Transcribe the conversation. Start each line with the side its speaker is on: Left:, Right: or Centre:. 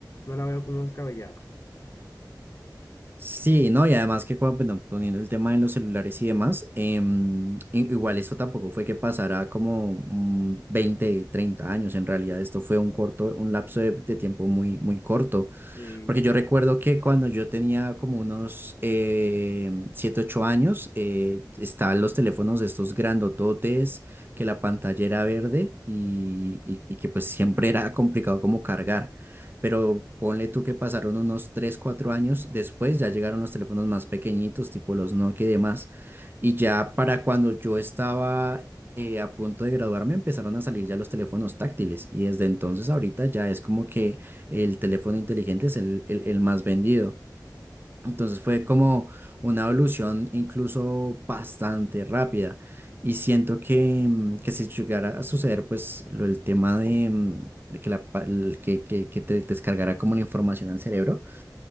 Left: No la veo como descabellada.
Right: Sí, no, y además que cua- bueno, poniendo el tema de los celulares y demás, em, i- igual esto tampoco fue que pasara como mm, 20, 30 años, en realidad esto fue un corto, un lapso de, de tiempo muy, muy corto.
Left: Sí,
Right: Porque yo recuerdo que cuando yo tenía como unos eh, 7, 8 años, eh, estaban los teléfonos estos grandototes, que la pantalla era verde y, y- y que pues siempre era complicado como cargar. Pero ponle tú que pasaron unos 3 4 años después, ya llegaron los teléfonos más pequeñitos, tipo los Nokia y demás. Y ya para cuando yo estaba eh, a punto de graduarme, empezaron a salir ya los teléfonos táctiles. Y desde entonces ahorita ya es como que el teléfono inteligente es el, el- el más vendido. Entonces fue como una evolución incluso bastante rápida. Y siento que, mm, que si llegara a suceder, pues lo, el tema de, mm, de que, la, pa- el que, que, que te descargara como la información al cerebro,